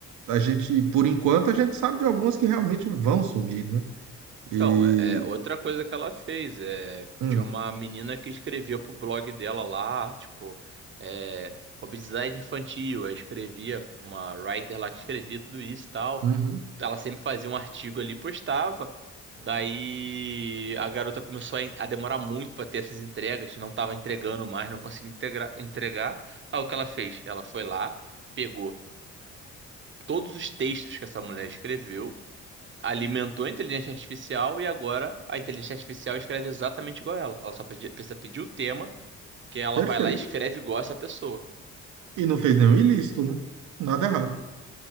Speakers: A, on the right (about 80°); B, on the right (about 40°).
A: a gente, por enquanto, a gente sabe de algumas que realmente vão sumir, né? E,
B: Então, é, é outra coisa que ela fez é
A: hum,
B: tinha uma menina que escrevia pro blog dela lá, tipo, é, obesidade infantil, aí escrevia uma writer lá que escrevia tudo isso e tal.
A: uhum,
B: Ela sempre fazia um artigo ali, e postava. Daí a garota começou a, en- a demorar muito para ter essas entregas, não estava entregando mais, não conseguia integra- entregar. Aí o que ela fez? Ela foi lá, pegou todos os textos que essa mulher escreveu alimentou a inteligência artificial e agora a inteligência artificial escreve exatamente igual a ela. Ela só pedi- precisa pedir o tema, que ela
A: perfeito.
B: vai lá e escreve igual essa pessoa.
A: E não fez nenhum ilícito, né? Nada errado.